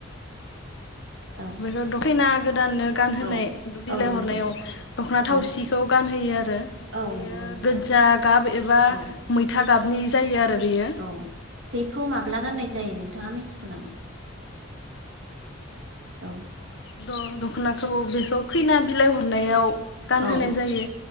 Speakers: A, on the right (about 60°); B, on the left (about 60°).
A: औ
B: <unintelligible> गोदाननो गानहोनाया
A: औ
B: बिलाइ
A: औ नंगौ
B: हरनायाव दख'ना थावसिखौ
A: औ
B: गानहोयो आरो बेयो
A: औ नंगौ नोंथां
B: गोजा गाब एबा
A: औ
B: मैथा गाबनि जायो आरो बेयो
A: औ बेखौ माब्ला
B: औ
A: गाननाय
B: नंगौ
A: जायो नोंथाङा मिथि गौ नामा औ।
B: द' दख'नाखौ बेखौ खैना बिलाइ हरनायाव गानहोनाय
A: औ
B: जायो